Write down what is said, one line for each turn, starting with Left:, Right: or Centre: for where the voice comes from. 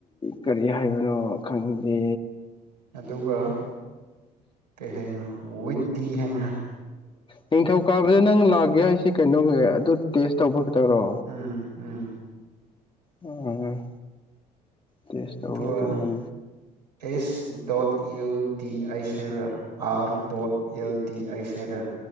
Left: ꯀꯔꯤ ꯍꯥꯏꯕꯅꯣ ꯈꯪꯗꯦ꯫
Right: ꯑꯗꯨꯒ ꯀꯩ ꯍꯥꯏꯅꯣ ꯋꯤꯠ ꯗꯤ ꯍꯥꯏꯕꯔ꯫
Left: ꯅꯤꯡꯊꯧꯀꯥꯕꯗ ꯅꯪ ꯂꯥꯛꯒꯦ ꯍꯥꯏꯁꯦ ꯀꯩꯅꯣꯒꯦ ꯑꯗꯨ ꯇꯦꯁ ꯇꯧꯕ ꯈꯇꯔꯣ꯫
Right: ꯎꯝ ꯎꯝ
Left: ꯎꯝ꯫ ꯇꯦꯁ ꯇꯧꯕ
Right: ꯑꯗꯨꯒ
Left: ꯈꯛꯇꯃꯟ
Right: ꯑꯦꯁ ꯗꯣꯠ ꯑꯦꯜ ꯗꯤ ꯍꯩꯁ ꯍꯩꯕꯔꯥ꯫ ꯑꯥꯔ ꯗꯣꯠ ꯑꯦꯜ ꯗꯤ ꯑꯩ ꯍꯥꯏꯔꯥ꯫